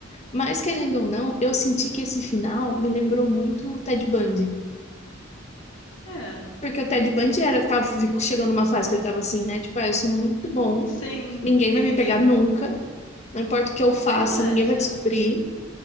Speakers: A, on the left (about 35°); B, on the left (about 75°).
A: Mas querendo ou não, eu senti que esse final me lembrou muito o Ted Bundy.
B: É,
A: Porque o Ted Bundy era, tava, ficou- chegou numa fase que ele tava assim, né? Tipo, ah, eu sou muito bom,
B: sim,
A: ninguém
B: que
A: vai
B: ninguém
A: me pegar nunca,
B: vai.
A: não importa o que eu
B: É
A: faça,
B: verdade.
A: ninguém vai descobrir.